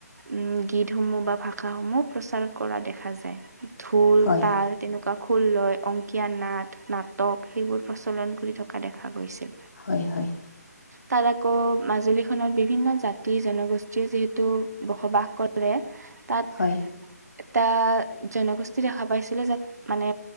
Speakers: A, on the right (about 65°); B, on the left (about 65°).
A: উ গীতসমূহ বা ভাষাসমূহ প্ৰচাৰ কৰা দেখা যায় ঢোল,
B: হয়
A: তাল তেনেকুৱা খোল লয় অংকীয়া নাট নাটক সেইবোৰ প্ৰচ প্ৰচলন কৰি থকা দেখা গৈছিল
B: হয় হয়
A: তাৰ আকৌ মাজুলীখনত বিভিন্ন জাতি জনগোষ্ঠীয়ে যিহেতু বসবাস কৰে তাত
B: হয়
A: এটা জনগোষ্ঠী দেখা পাইছিলো যাত মানে